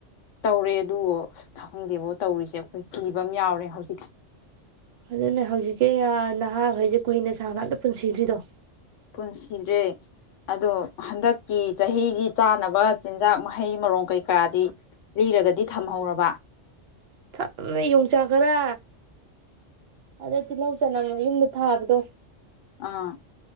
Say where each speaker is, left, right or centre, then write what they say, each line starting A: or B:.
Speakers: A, on the left; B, on the right.
A: ꯇꯧꯔꯦ ꯑꯗꯨ ꯑꯁ ꯈꯪꯗꯦꯕꯣ ꯇꯧꯔꯤꯁꯦ ꯑꯩꯈꯣꯏ ꯀꯤꯕ ꯑꯃ ꯌꯥꯎꯔꯦ ꯍꯧꯖꯤꯛ
B: ꯑꯗꯨꯅꯦ ꯍꯧꯖꯤꯛꯀꯤ ꯅꯍꯥꯈꯩꯁꯦ ꯀꯨꯏꯅ ꯁꯥꯥꯡ ꯉꯇ ꯄꯨꯟꯁꯤꯗ꯭ꯔꯤꯗꯣ
A: ꯄꯨꯟꯁꯤꯗ꯭ꯔꯦ ꯑꯗꯣ ꯍꯟꯗꯛ ꯀꯤ ꯆꯍꯤꯒꯤ ꯆꯥꯅꯕ ꯆꯤꯟꯖꯥꯛ ꯍꯩ ꯃꯔꯣꯡ ꯀꯩꯀꯥꯗꯤ ꯂꯤꯔꯒꯗꯤ ꯊꯝꯍꯧꯔꯕ
B: ꯊꯝꯃꯦ ꯌꯣꯡꯆꯥꯛ ꯈꯔꯥ ꯑꯗꯩ ꯇꯤꯜꯍꯧ ꯆꯅꯝ ꯌꯨꯝꯗ ꯊꯥꯕꯗꯣ
A: ꯑꯥ